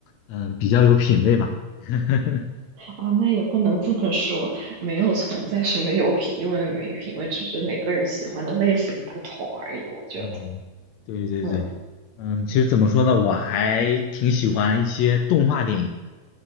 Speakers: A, on the left (about 70°); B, on the right (about 65°).
A: 嗯、呃比较有品味吧。<laughs>
B: 啊，那也不能这么说，没有存在什么有品味没品味，只是每个人喜欢的类型不同而已。我觉得，
A: 嗯，对对对，
B: 嗯，
A: 嗯，其实怎么说呢，我还挺喜欢一些动画电影。